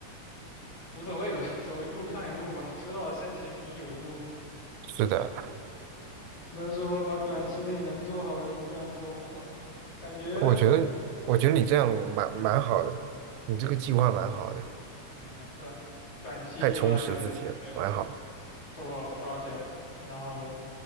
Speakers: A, on the left (about 65°); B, on the right (about 90°).
A: 无所谓吧，走一步看一步吧，车到山前必有路，
B: 是的，
A: 只能说把短期内能做好的就尽量做好。感觉，
B: 我觉得，我觉得你这样蛮蛮好的，
A: 嗯
B: 你这个计划蛮好的，
A: 嗯，短短期计划就对
B: 太充实自己了，蛮好，
A: 做 project，然后